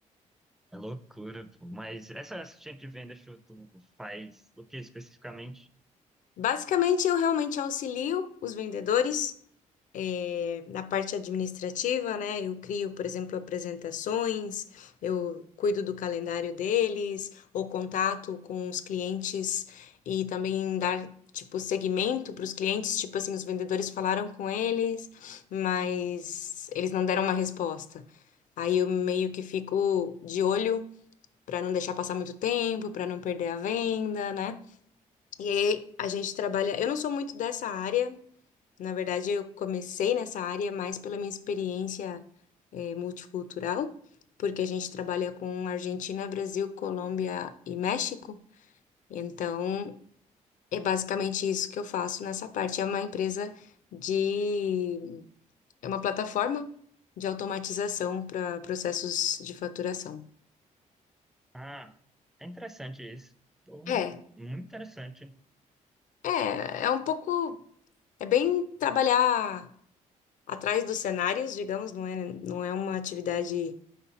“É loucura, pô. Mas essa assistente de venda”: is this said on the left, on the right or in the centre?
Centre